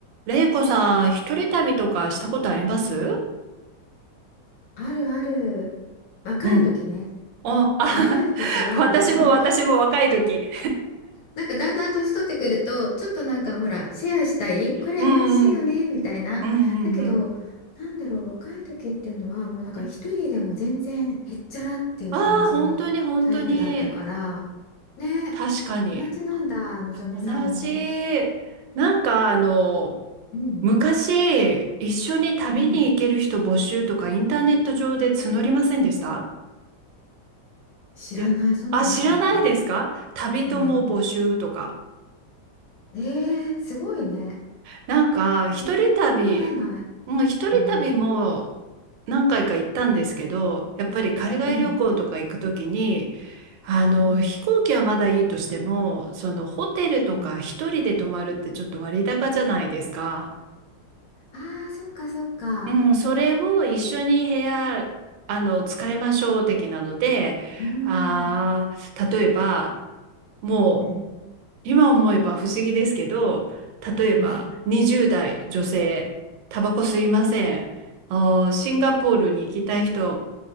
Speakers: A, on the right; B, on the left.
A: れいこさん、一人旅とかしたことあります
B: あるある。若い時ね。
A: うん。あ、あ、
B: 若い時は
A: <laughs> 私も私も若い時。
B: <laughs> なんかだんだん年取ってくると、ちょっとなんかほら、シェアしたい、これ美味しいよね、
A: うんうん。
B: みたいな。
A: うんうん
B: だけど、なんだろう、若い時っていうのは、もうなんか一人でも全然へっちゃらっていう感じのタイプだったから、
A: うん。ああ、本当に本当に。
B: ね、
A: 確かに。
B: 同じなんだ、のぞみさんも。
A: 同じ。なんかあの、
B: うん、
A: 昔、一緒に旅に行ける人募集とかインターネット上で募りませんでした
B: うん。知らない、
A: いや、
B: そんなのあったっけ
A: あ、知らないですか旅友募集とか。
B: うん。えー、すごいね。
A: なんか、一人旅、
B: それはわからない。
A: もう一人旅も
B: うん
A: 何回か行ったんですけど、やっぱり海外旅行とか行くときに、
B: うん
A: あの、
B: うん
A: 飛行機はまだいいとしても、そのホテルとか一人で泊まるってちょっと割高じゃないですか。
B: うんああーそっかそっか
A: うん、それを一緒に部屋、あの、使いましょう的なので、
B: うーん
A: あー、例えば、もう、
B: うんうん
A: 今思えば不思議ですけど、例えば20代女性、
B: <laughs>
A: タバコ吸いません。あーシンガポールに行きたい人、